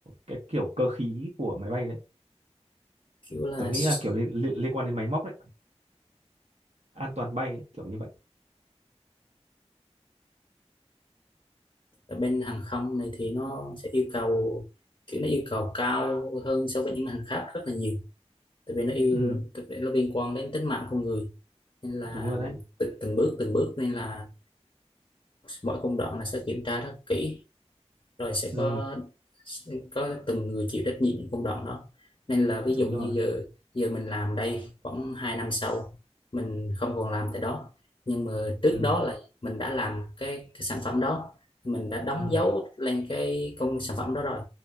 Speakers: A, on the right (about 70°); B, on the left (about 50°).
A: cái kiểu cơ khí của máy bay đấy
B: kiểu là
A: tớ nghĩ
B: s-
A: là kiểu liên liên, liên quan đến máy móc đấy an toàn bay ấy, kiểu như vậy
B: ở bên hàng không này thì nó sẽ yêu cầu kiểu nó yêu cầu cao hơn so với những ngành khác rất là nhiều tại vì nó yêu
A: ừ
B: tại vì nó liên quan đến tính mạng con người nên là
A: đúng rồi đấy
B: tự, từng bước từng bước nên là mọi công đoạn là sẽ kiểm tra rất kỹ rồi sẽ
A: ừ
B: có có từng người chịu trách nhiệm những công đoạn đó nên là ví dụ
A: đúng
B: như
A: rồi
B: giờ giờ mình làm đây khoảng 2 năm sau mình không còn làm tại đó nhưng mà trước
A: ừ
B: đó là mình đã làm cái, cái sản phẩm đó mình đã đóng
A: ừ
B: dấu lên cái công sản phẩm đó rồi